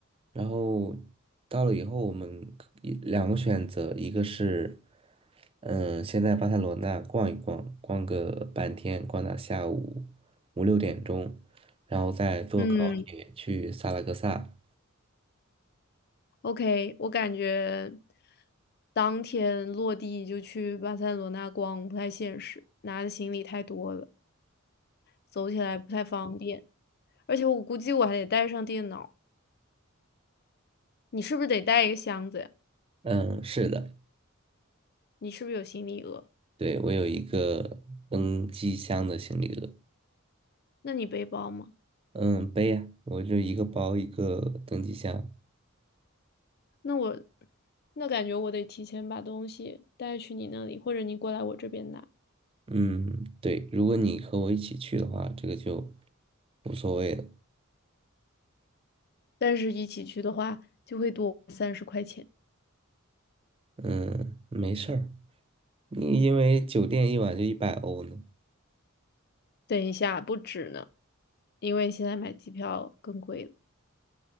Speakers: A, on the right; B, on the left.
A: 然后到了以后，我们可以两个选择，一个是，嗯，先在巴塞罗那逛一逛，逛个半天，逛到下午五六点钟，然后再坐高铁去萨拉戈萨。
B: 嗯，OK，我感觉当天落地就去巴塞罗那逛不太现实，拿的行李太多了，走起来不太方便。而且我估计我还得带上电脑，你是不是得带一个箱子呀？
A: 嗯，是的，
B: 你是不是有行李额？
A: 对，我有一个登机箱的行李额，
B: 那你背包吗？
A: 嗯，背呀，我就一个包一个登机箱。
B: 那我那感觉我得提前把东西带去你那里，或者你过来我这边拿。
A: 嗯，对，如果你和我一起去的话，这个就无所谓了。
B: 但是一起去的话，就会多三十块钱。
A: 嗯，没事儿。你因为酒店一晚就一百欧呢。
B: 等一下，不止呢，因为现在买机票更贵了，